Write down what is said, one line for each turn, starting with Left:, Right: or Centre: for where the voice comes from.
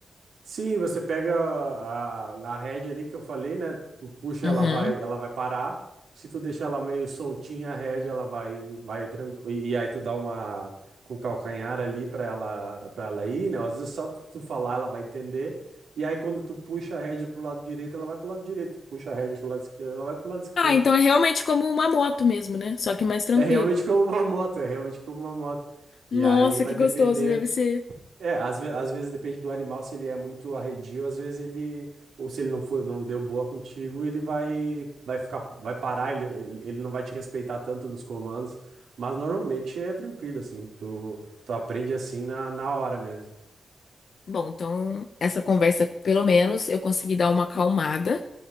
Right: Sim, você pega a, a rédea ali que eu falei, né? Tu puxa,
Left: uhum.
Right: ela vai, ela vai parar. Se tu deixar ela meio soltinha, a rédea, ela vai, vai tranquilo. E, e aí tu dá uma com o calcanhar ali para ela, para ela ir, né? Às vezes é só tu tu falar, ela vai entender. E aí quando tu puxa a rédea pro lado direito, ela vai pro lado direito. Puxa a rédea pro lado esquerdo, ela vai pro lado esquerdo.
Left: Ah, então é realmente como uma moto mesmo, né? Só que mais tranquilo.
Right: É realmente como uma moto, é realmente como uma moto.
Left: Nossa,
Right: E aí vai
Left: que
Right: depender.
Left: gostoso deve ser.
Right: É, às, ve- às vezes depende do animal, se ele é muito arredio, às vezes ele, ou se ele não foi, não deu boa contigo, ele vai, vai ficar, vai parar, ele, ele ele não vai te respeitar tanto nos comandos, mas normalmente é tranquilo, assim, tu, tu aprende assim na, na hora mesmo.
Left: Bom, então essa conversa, pelo menos, eu consegui dar uma acalmada.